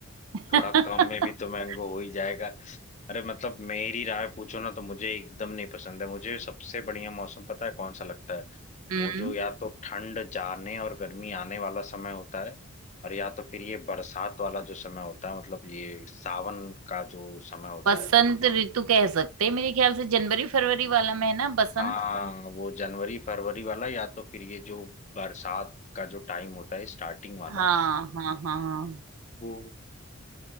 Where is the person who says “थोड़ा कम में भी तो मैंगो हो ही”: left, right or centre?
Left